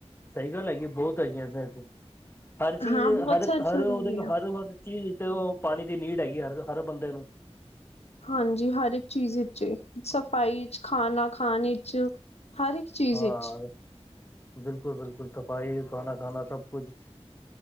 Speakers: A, on the left; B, on the left.
A: ਸਹੀ ਗੱਲ ਹੈਗੀ ਐਂ, ਬਹੁਤ ਹੈਗੀ ਆਂ ਐਸੇ, ਐਸੇ ਹਰ ਚੀਜ਼
B: ਹਾਂ ਬਹੁਤ
A: ਹਰ
B: ਸਾਰੀ
A: ਹਰ
B: ਜਗ੍ਹਾ
A: ਉਹਦੇ
B: ਵੀ ਆ
A: ਹਰ ਹਰ ਚੀਜ਼ਥ ਉਹ ਪਾਣੀ ਦੀ ਨੀਡ ਹੈਗੀ ਹਰ ਹਰ ਬੰਦੇ ਨੂੰ।
B: ਹਾਂਜੀ ਹਰ ਇੱਕ ਚੀਜ਼ ਵਿੱਚ ਸਫ਼ਾਈ ਚ ਖਾਣਾ ਖਾਣ ਵਿੱਚ ਹਰ ਇੱਕ ਚੀਜ਼
A: ਹਾਂ,
B: ਵਿੱਚ
A: ਬਿਲਕੁਲ ਬਿਲਕੁਲ ਸਫ਼ਾਈ ਖਾਨਾ ਖਾਣਾ ਸਭ ਕੁਛ